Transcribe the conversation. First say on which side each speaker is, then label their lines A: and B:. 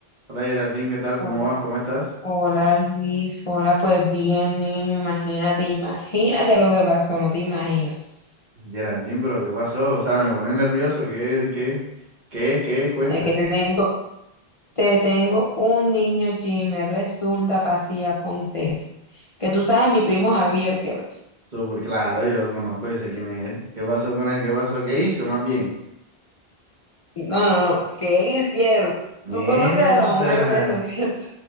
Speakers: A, on the right; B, on the left.
A: Hola Geraldine, ¿qué tal?
B: Hola,
A: ¿Cómo vas? ¿Cómo estás?
B: hola, Luis, hola, pues bien, niño, imagínate, imagínate lo que pasó, no te imaginas.
A: Geraldine, pero ¿qué pasó? O sea, me pone nervioso. ¿Qué, qué, qué, qué cuenta?
B: Es que te <laughs> tengo, te tengo un niño chisme, resulta, pasa y acontece. Que tú sabes, mi primo Javier, ¿cierto?
A: Súper claro, yo lo conozco, yo sé quién es él. ¿Qué pasó con él? ¿Qué pasó? ¿Qué hizo más bien?
B: No, no, no, que él hicieron.
A: Mierda.
B: Tú conoces a la mujer de él, ¿no es ¿cierto?